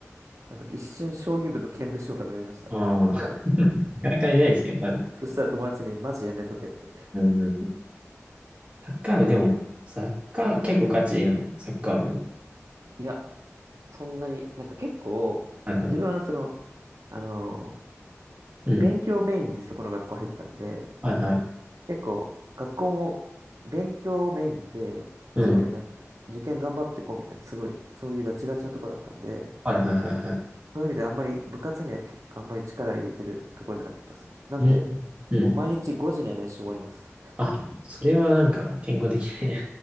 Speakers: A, on the right (about 80°); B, on the right (about 20°).
A: あの、一瞬将棋部と剣舞将が迷いました。
B: ああ、<laughs> なかなかいないですけど、多分。
A: そしたら友達にマジやめとけって。
B: うん。うんサッカー部、でも、サッカー、結構ガチのサッカー部。
A: いや、そんなに、なんか結構、
B: はいはい。
A: 自分はその、あの、
B: うん。
A: 勉強メインでそこの学校入ったんで、
B: はいはい。
A: 結構、学校も勉強メインで、
B: うん。
A: すごいなん、受験頑張ってこうみたいな、すごい、そういうガチガチなとこだったんで、
B: はいはいはいはい。
A: そういう意味であんまり部活には結構あんまり力入れてるところじゃなかったですね。なんで、
B: うん。うん。
A: もう毎日5時には練習終わります。
B: あ、それはなんか健康的で、